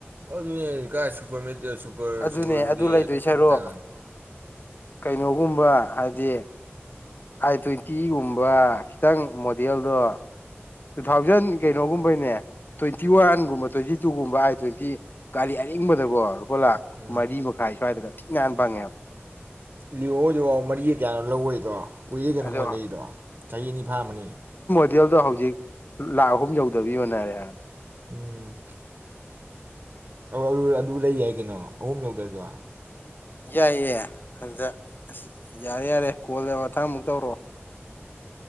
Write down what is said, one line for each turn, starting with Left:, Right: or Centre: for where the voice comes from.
Right: ꯑꯗꯨꯅꯦ ꯍꯥꯏꯖꯦ ꯀꯥꯏꯁꯨ ꯁꯨꯄꯔ ꯃꯦꯠ ꯁꯨꯄꯔ
Left: ꯑꯗꯨꯅꯦ
Right: ꯁꯨꯄꯔꯗꯨꯗꯤ
Left: ꯑꯗꯨ ꯂꯩꯗꯣꯏ ꯁꯔꯨꯛ
Right: ꯊꯤꯅ ꯇꯥꯡꯉꯦ꯫
Left: ꯀꯩꯅꯣꯒꯨꯝꯕ ꯍꯥꯏꯗꯤ ꯑꯥꯏ ꯇ꯭ꯋꯦꯟꯇꯤꯒꯨꯝꯕ ꯈꯤꯇꯪ ꯃꯣꯗꯦꯜꯗꯣ ꯇꯨ ꯊꯥꯎꯖꯟ ꯀꯩꯅꯣꯒꯨꯝꯕꯩꯅꯦ ꯇ꯭ꯋꯦꯟꯇꯤ ꯋꯥꯟꯒꯨꯝꯕ ꯇ꯭ꯋꯦꯟꯇꯤ ꯇꯨꯒꯨꯝꯕ ꯑꯥꯏ ꯇ꯭ꯋꯦꯟꯇꯤ ꯒꯥꯔꯤ ꯑꯔꯤꯡꯕꯗꯀꯣ ꯂꯨꯄꯥ ꯂꯥꯛ
Right: ꯎꯝ
Left: ꯃꯔꯤ ꯃꯈꯥꯏ ꯁ꯭ꯋꯥꯏꯗꯒ <unintelligible> ꯌꯥꯥꯟ ꯐꯉꯦ
Right: ꯂꯤꯑꯣ ꯍꯣꯏꯗꯣ ꯃꯔꯤꯒ ꯀꯌꯥꯅꯣ ꯂꯧꯋꯦꯗꯣ ꯀꯨꯏꯔꯦ ꯀꯩꯅꯣ
Left: ꯑꯗꯣ
Right: ꯃꯣꯏ ꯂꯩꯔꯤꯗꯣ ꯆꯍꯤ ꯑꯅꯤ ꯐꯥꯔꯝꯃꯅꯤ
Left: ꯗꯦꯜꯗꯣ ꯍꯧꯖꯤꯛ ꯂꯥꯛ ꯑꯍꯨꯝ ꯌꯧꯗꯕꯤ ꯌꯣꯟꯅꯔꯦ ꯍꯥꯏꯝ
Right: ꯎꯝ ꯑꯧ <unintelligible> ꯑꯗꯨ ꯂꯩ ꯌꯥꯏ ꯀꯩꯅꯣ ꯑꯍꯨꯝ ꯌꯧꯗ꯭ꯔꯖꯨ꯫
Left: ꯌꯥꯏꯌꯦ ꯑꯗꯨꯗ ꯑꯁ ꯌꯥꯔꯦ ꯌꯥꯔꯦ ꯀꯣꯜꯗꯣ ꯃꯊꯪ ꯑꯃꯨꯛ ꯇꯧꯔꯛꯑꯣ꯫